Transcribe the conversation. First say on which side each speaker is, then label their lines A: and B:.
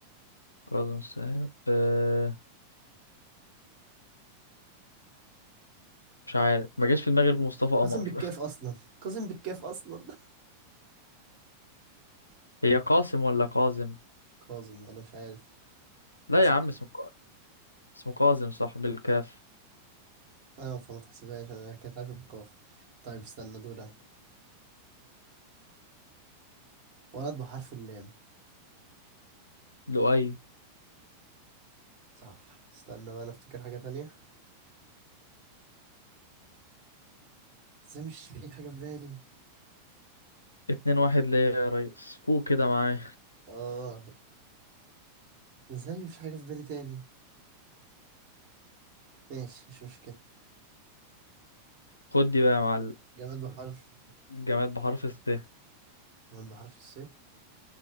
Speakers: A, on the left; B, on the right.
A: قاسم ساهر آه مش عارف ما جاش في دماغي غير مصطفى قمر
B: كاظم بالكاف اصلا كاظم بالكاف اصلا <laughs>
A: <laughs> هي قاسم ولا قازم
B: كاظم ولا مش عارف
A: لا
B: تحسب
A: يا عم اسمه قا- اسمه قازم صح بالكاف
B: اه فما تحسبهاش انا كانت عاتب بالقاف طيب استنى دول انا ولد بحرف اللام
A: لؤي
B: صح استنى بقى انا افتكر حاجة تانية ازاي مش في حاجة في بالي
A: اتنين واحد ليا يا ريس فوق كده
B: يا-
A: معايا
B: اه ازاي مفيش حاجة في بالي تاني ماشي مش مشكلة
A: خد دي بقى يا معلم
B: جماد بحرف
A: جماد بحرف الث
B: جماد بحرف الس